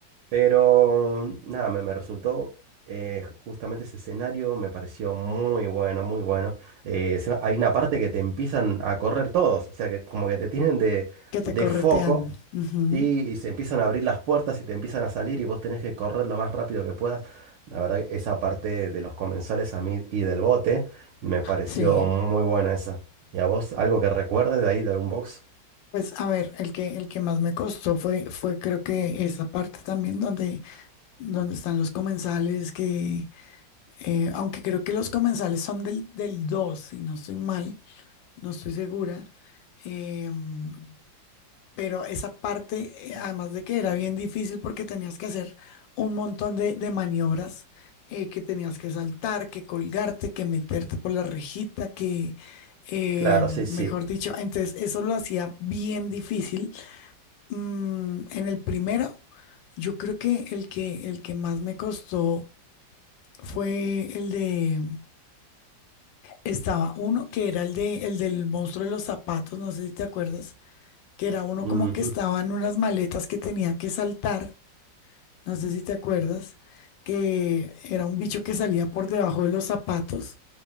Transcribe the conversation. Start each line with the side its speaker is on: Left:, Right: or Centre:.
Right: Pero nada, me, me resultó eh, justamente ese escenario, me pareció muy bueno, muy bueno. Eh, encima hay una parte que te empiezan a correr todos, o sea que como que te tienen de,
Left: Que
Right: de
Left: te corretean.
Right: foco,
Left: ujú.
Right: ¿sí? Y se empiezan a abrir las puertas y te empiezan a salir y vos tenés que correr lo más rápido que puedas. La verdad, que esa parte de los comensales a mí y del bote me pareció
Left: Sí.
Right: muy buena esa. ¿Y a vos algo que recuerdes de ahí, del box
Left: Pues a ver, el que, el que más me costó fue, fue creo que esa parte también donde, donde están los comensales, que eh, aunque creo que los comensales son del, del 2, si no estoy mal, no estoy segura. Em, pero esa parte, eh, además de que era bien difícil porque tenías que hacer un montón de, de maniobras, eh, que tenías que saltar, que colgarte, que meterte por la rejita, que, eh,
Right: Claro,
Left: mejor
Right: sí, sí.
Left: dicho, entonces eso lo hacía bien difícil. Mm, en el primero, yo creo que el que, el que más me costó fue el de, estaba uno que era el de, el del monstruo de los zapatos, no sé si te acuerdas que era uno
Right: Ujú.
Left: como que estaba en unas maletas que tenía que saltar, no sé si te acuerdas, que era un bicho que salía por debajo de los zapatos